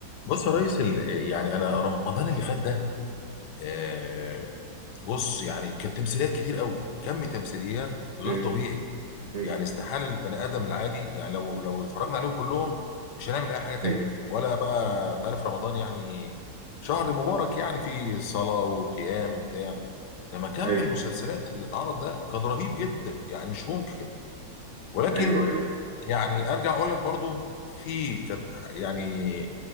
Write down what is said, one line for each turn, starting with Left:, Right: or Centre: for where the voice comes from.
Left: بص يا ريس ال- يعني انا رمضان اللي فات ده آه، بص يعني كانت تمثيليات كتير قوي كم تمثيليات غير
Right: ايوه
Left: طبيعي
Right: ايوه
Left: يعني استحالة البني ادم العادي يعني لو لو اتفرجنا عليهم كلهم مش هنعمل اي حاجة تاني
Right: ايوه
Left: ولا بقى تعرف رمضان يعني شهر مبارك يعني فيه صلاة وقيام وبتاع لما كم
Right: ايوه
Left: المسلسلات اللي اتعرض ده كان رهيب جدا يعني مش ممكن ولكن
Right: ايوه ايوه
Left: يعني ارجع اقول لك برضو في كانت يعني